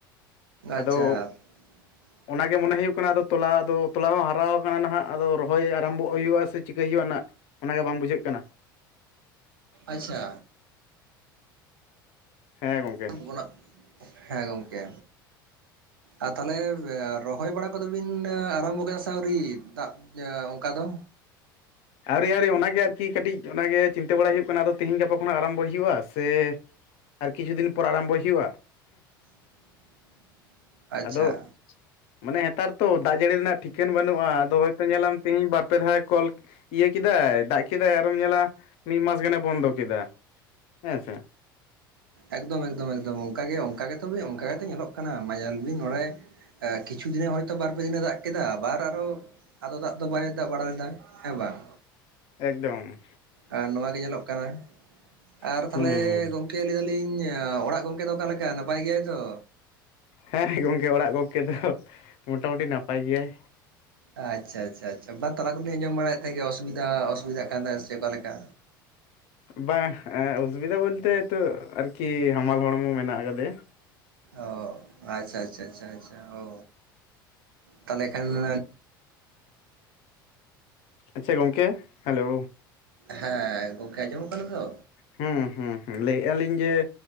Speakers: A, on the right; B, on the left.
A: ᱟᱪᱪᱷᱟ
B: ᱟᱫᱚ
A: <inaudible>
B: ᱚᱱᱟᱜᱮ ᱢᱚᱱᱮ ᱦᱩᱭᱩᱜ ᱠᱟᱱᱟ ᱟᱫᱚ ᱛᱚᱞᱟ ᱟᱫᱚ ᱛᱚᱞᱟ ᱦᱚᱸ ᱦᱟᱨᱟ ᱠᱟᱱᱟ ᱱᱟᱦᱟᱜ ᱟᱫᱚ ᱨᱚᱦᱚᱭ ᱟᱨᱟᱢᱵᱚᱜ ᱦᱩᱭᱩᱜᱼᱟ ᱥᱮ ᱪᱤᱠᱟᱹᱭ ᱦᱩᱭᱩᱜᱼᱟ ᱱᱟᱜ ᱚᱱᱟᱜᱮ ᱵᱟᱝ ᱵᱩᱡᱷᱟᱹᱜ ᱠᱟᱱᱟ᱾
A: ᱟᱪᱪᱷᱟ
B: ᱦᱮᱸ ᱜᱚᱝᱠᱮ
A: <unintelligible> ᱦᱮᱸ ᱜᱚᱢᱠᱮ‌ ᱟᱨ ᱛᱟᱦᱚᱞᱮ ᱨᱚᱦᱚᱭ ᱵᱟᱲᱟ ᱠᱚᱫᱚ ᱵᱤᱱ ᱟᱨᱟᱢᱵᱚ ᱠᱮᱫᱟ ᱥᱮ ᱟᱹᱣᱨᱤ ᱫᱟᱜ ᱤᱭᱟᱹ ᱚᱱᱠᱟ ᱫᱚ᱾
B: ᱟᱹᱣᱨᱤ ᱟᱹᱣᱨᱤ ᱚᱱᱟᱜᱮ ᱟᱨᱠᱤ ᱠᱟᱹᱴᱤᱡ ᱚᱱᱟᱜᱮ ᱪᱤᱱᱛᱟᱹ ᱵᱟᱲᱟᱭ ᱦᱩᱭᱩᱜ ᱠᱟᱱᱟ ᱟᱫᱚ ᱛᱤᱦᱤᱧ ᱜᱟᱯᱟ ᱠᱷᱚᱱᱟᱜ ᱟᱨᱟᱢᱵᱚᱭ ᱦᱩᱭᱩᱜᱼᱟ ᱥᱮ ᱟᱨ ᱠᱤᱪᱷᱩ ᱫᱤᱱ ᱯᱚᱨ ᱟᱨᱟᱢᱵᱚᱭ ᱦᱩᱭᱩᱜᱼᱟ᱾
A: <inaudible> ᱟᱪᱪᱷᱟ
B: ᱟᱫᱚ ᱢᱟᱱᱮ ᱱᱮᱛᱟᱨ ᱛᱚ ᱫᱟᱜ ᱡᱟᱹᱲᱤ ᱨᱮᱱᱟᱜ ᱴᱷᱤᱠᱟᱹᱱ ᱵᱟᱹᱱᱩᱜᱼᱟ᱾ ᱟᱫᱚ ᱦᱚᱭᱛᱚ ᱧᱮᱞᱟᱢ ᱛᱤᱦᱤᱧ ᱵᱟᱨᱯᱮ ᱫᱷᱟᱣ ᱠᱚᱞ ᱤᱭᱟᱹ ᱠᱮᱫᱟᱭ ᱫᱟᱜ ᱠᱮᱫᱟᱭ ᱟᱨᱮᱢ ᱧᱮᱞᱟ ᱢᱤᱫ ᱢᱟᱥ ᱜᱟᱱᱮ ᱵᱚᱱᱫᱚ ᱠᱮᱫᱟ, ᱦᱮᱸᱥᱮ᱾
A: ᱮᱠᱫᱚᱢ ᱮᱠᱫᱚᱢ ᱮᱠᱫᱚᱢ ᱚᱱᱠᱟ ᱜᱮ ᱚᱱᱠᱟ ᱜᱮᱛᱚ ᱚᱱᱠᱟ ᱜᱮᱛᱚ ᱧᱮᱞᱚᱜ ᱠᱟᱱᱟ ᱢᱟ ᱧᱮᱞ ᱵᱤᱱ ᱱᱚᱸᱰᱮ᱾ ᱮ ᱠᱤᱪᱷᱩ ᱫᱤᱱ ᱦᱚᱭᱛᱚ ᱵᱟᱨ ᱯᱮ ᱫᱤᱱᱮ ᱫᱟᱜ ᱠᱮᱫᱟ᱾ ᱟᱵᱟᱨ ᱟᱨᱚ ᱟᱫᱚ ᱫᱟᱜ ᱫᱚ ᱵᱟᱭ ᱫᱟᱜ ᱵᱟᱲᱟ ᱞᱮᱫᱟ ᱦᱮᱸ ᱵᱟᱝ
B: ᱮᱠᱫᱚᱢ
A: ᱟᱨ ᱱᱚᱣᱟ ᱜᱮ ᱧᱮᱞᱚᱜ ᱠᱟᱱᱟ ᱟᱨ
B: ᱦᱩᱸ
A: ᱛᱟᱞᱦᱮ ᱜᱚᱝᱠᱮ ᱞᱟᱹᱭ ᱫᱟᱞᱤᱧ ᱚᱲᱟᱜ ᱜᱚᱝᱠᱮ ᱫᱚ ᱚᱠᱟ ᱞᱮᱠᱟ, ᱱᱟᱯᱟᱭ ᱜᱮᱭᱟᱭ ᱛᱚ?
B: ᱦᱮᱸ ᱜᱚᱝᱠᱮ, ᱚᱲᱟᱜ ᱜᱚᱝᱠᱮ ᱫᱚ ᱢᱚᱴᱟᱢᱩᱴᱤ ᱱᱟᱯᱟᱭ ᱜᱮᱭᱟᱭ᱾
A: ᱟᱪᱪᱷᱟ ᱟᱪᱪᱷᱟ ᱟᱪᱪᱷᱟ ᱵᱟ ᱛᱟᱞᱟ ᱠᱷᱚᱱᱞᱤᱧ ᱟᱸᱡᱚᱢ ᱵᱟᱲᱟᱭᱮᱫ ᱛᱟᱦᱮᱸᱫ ᱜᱮ ᱚᱥᱩᱵᱤᱫᱷᱟ ᱚᱥᱩᱵᱤᱫᱷᱟᱜ ᱠᱟᱱ ᱛᱟᱦᱮᱸᱫ ᱥᱮ ᱚᱠᱟ ᱞᱮᱠᱟ᱾
B: ᱵᱟᱝ, ᱚᱥᱩᱵᱤᱫᱟ ᱵᱚᱞᱛᱮ ᱱᱤᱛᱚᱜ ᱟᱨᱠᱤ ᱦᱟᱢᱟᱞ ᱦᱚᱲᱢᱚ ᱢᱮᱱᱟᱜ ᱟᱠᱟᱫᱮᱭᱟ᱾
A: ᱚ ᱟᱪᱪᱷᱟ ᱟᱪᱪᱷᱟ ᱟᱪᱪᱷᱟ ᱚ ᱛᱟᱦᱞᱮ ᱠᱷᱟᱱ <inaudible>
B: ᱟᱪᱪᱷᱟ ᱜᱚᱝᱠᱮ ᱦᱮᱞᱳ
A: ᱦᱮᱸ ᱜᱚᱝᱠᱮ ᱟᱸᱡᱚᱢᱚᱜ ᱠᱟᱱᱟ ᱛᱚ?
B: ᱦᱩᱸ ᱦᱩᱸ ᱦᱩᱸ ᱞᱟᱹᱭ ᱟᱞᱤᱧ ᱡᱮ